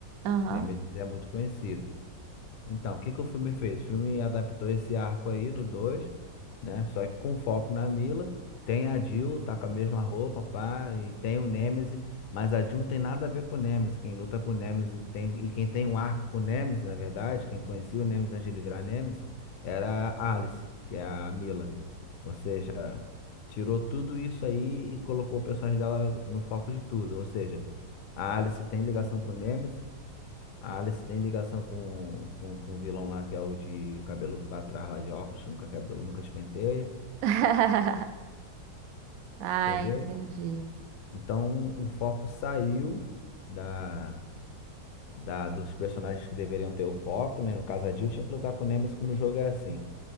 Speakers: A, on the right; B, on the left.
A: Aham.
B: Nemesis é muito conhecido. Então, o que que o filme fez? O filme adaptou esse arco aí no dois né? Só que com foco na Mila. Tem a Jill, tá com a mesma roupa, pá, e tem o Nemesis, mas a Jill não tem nada a ver com o Nemesis. Quem luta com o Nemesis tem, e quem tem um arco com o Nemesis, na verdade, quem conhecia o Nemesis antes de ele virar Nemesis, era a Alice, que é a Mila. Ou seja, tirou tudo isso aí e colocou o personagem dela no foco de tudo. Ou seja, a Alice tem ligação com o Nemesis, a Alice tem ligação com, com, com o vilão lá, que é o de cabelo pra trás lá de óculos, que nunca quebrou, nunca espenteia,
A: <laughs> Ah,
B: entendeu?
A: entendi.
B: Então o foco saiu da, da dos personagens que deveriam ter o foco, né? No caso, a Jill tinha que lutar com o Nemesis, que no jogo é assim.